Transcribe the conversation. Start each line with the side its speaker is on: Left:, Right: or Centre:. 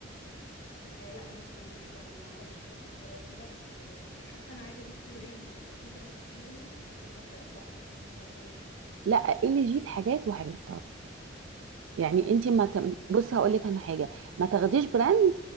Left: آه لا لسه ما حد يعني ما اعرفش حد اشتراه كده بس يعني حاسه انا عايزه اجيب كله ال جي بس انت نصحتيني في الغسالات لا فتمام
Right: لا ال جي في حاجات وحاجات يعني انت ما ت...
Left: تمام
Right: بص هقول لك انا حاجه ما تاخديش براند